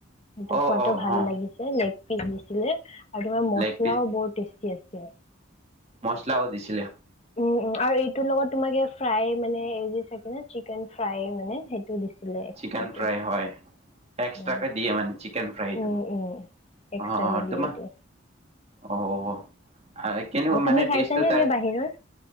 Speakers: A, on the left (about 30°); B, on the right (about 30°).
A: সেইটো
B: অ',
A: খোৱাদ
B: অ',
A: ভাল
B: অ',
A: লাগিছে নে পিচ দিছিলে আৰু তোমাৰ মছলাও
B: লেগ
A: বৰ টেষ্টি আছিল।
B: মছলাও দিছে।
A: উম উম আৰু এইটোৰ লগত তোমাক ফ্ৰাই মানে এই যে চাগে ন চিকেন ফ্ৰাই মানে দিছিলে এক্সট্ৰাকে।
B: চিকেন ফ্ৰাই হয়। এক্সট্ৰাকে
A: উম,
B: দিয়ে মানে চিকেন ফ্ৰাইটো।
A: উম, উম, এক্সট্ৰাকে
B: অ'
A: দিয়ে
B: তোমাৰ
A: এইটো।
B: অ',
A: অ', তুমি
B: মানে
A: খাইছানে
B: টেষ্টটো তাৰ
A: নে বাহিৰৰ?